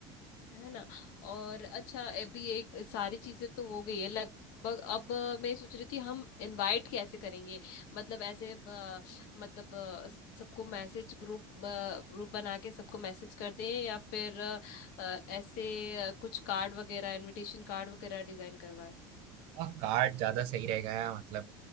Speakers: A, on the left; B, on the right.
A: है ना और अच्छा अभी एक सारी चीजें तो हो गई है लगभग अब अ, मैं सोच रही थी हम इनवाइट कैसे करेंगे मतलब ऐसे अ, मतलब अ, सबको मैसेज ग्रुप ग्रुप बना के सबको मैसेज करते हैं या फिर अ, अ, ऐसे अ, कुछ कार्ड वगैरह इनविटेशन कार्ड वगैरह डिजाइन करवाए
B: और कार्ड ज्यादा सही रहेगा यार मतलब